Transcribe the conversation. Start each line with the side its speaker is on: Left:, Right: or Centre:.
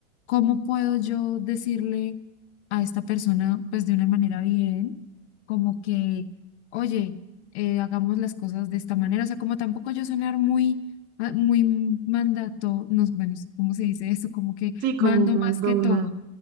Left: ¿cómo puedo yo decirle a esta persona, pues de una manera bien, como que, oye, eh, hagamos las cosas de esta manera? O sea, como tampoco yo sonar muy, ah, muy mandato, no, bueno, ¿cómo se dice eso? Como que
Right: sí, como
Left: mando
Right: Madonna,
Left: más que todo.